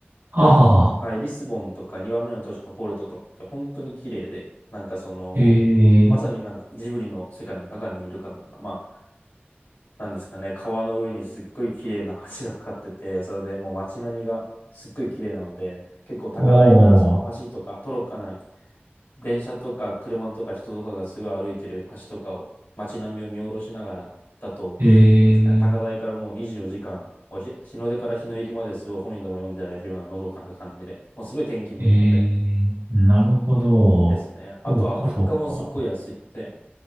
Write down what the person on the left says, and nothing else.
でも、はい、リスボンとか2番目の都市のポルトとかって本当に綺麗で、なんかその、
まさになんかジブリの世界の中にいるかのような、
まあ、なんですかね、川の上にすっごい綺麗な橋がかかってて、それでもう街並みがすっごい綺麗なので、結構高台からその橋とか、
トロッコ、あ、ない、電車とか車とか人とかがすごい歩いてる橋とかを街並みを見下ろしながらだと、
なんですかね、高台からもう24時間、
もう日、日の出から日の入りまですごい本にでも読んでられるようなのどかな感じで、もうすごい天気もいいので
ですね。あとは物価もすっごい安いので、